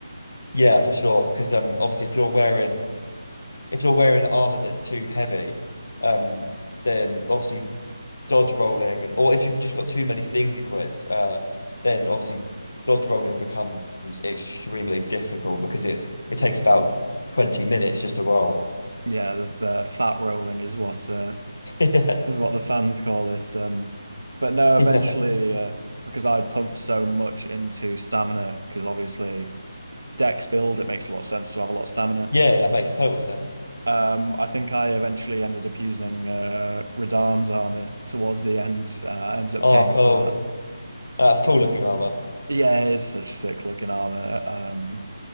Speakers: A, on the left; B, on the right.
A: Yeah, for sure. Because um obviously if you're wearing if you're wearing armor that's too heavy, um then obviously dodge rolling and or if you've just got too many things equipped, uh, then obviously dodge rolling becomes extremely difficult because it it takes about 20 minutes just to roll.
B: yeah the, the fat rolling is what uh
A: <laughs>
B: is what the fans call this um but no eventually
A: Yeah,
B: uh because I'd pumped so much into stamina because obviously dex build it makes a lot of sense to have a lot of stamina
A: yeah, yeah, it makes total sense.
B: um I think I eventually ended up using uh Radahn's armor towards the end uh, I ended up
A: Oh,
B: paying
A: cool.
B: for that
A: That's cool looking armor.
B: Yeah, it's such sick looking armor. Um,